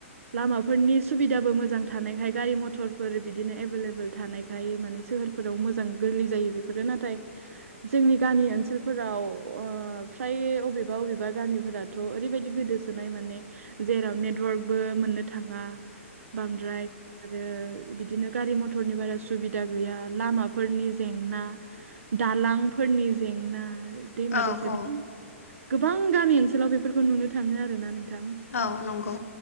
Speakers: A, on the right (about 70°); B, on the left (about 80°).
A: लामाफोरनि सुबिदाबो मोजां थानायखाय गारि मथरफोर बिदिनो एभेलेबोल थानाय खायय माने सोहोरफोराव मोजां गोरलै जायो बेफोरो। नाथाय जोंनि गामि ओनसोलफोराव ओ ओ फ्राय बबेबा अबेबा गामिफोराथ' ओरैबायदि गोदोसोनाय माने जेराव नेटवर्कबो मोननो थाङा बांद्राय आरो बिदिनो गारि मथरनि बारा सुबिदा गैया लामाफोरनि जेंना दालांफोरनि जेंना दैमा
B: औ
A: दैसा
B: औ
A: बिदि गोबां गामि ओनसोलाव बेफोरखौ नुनो थाङो आरोना नोंथां।
B: औ नंगौ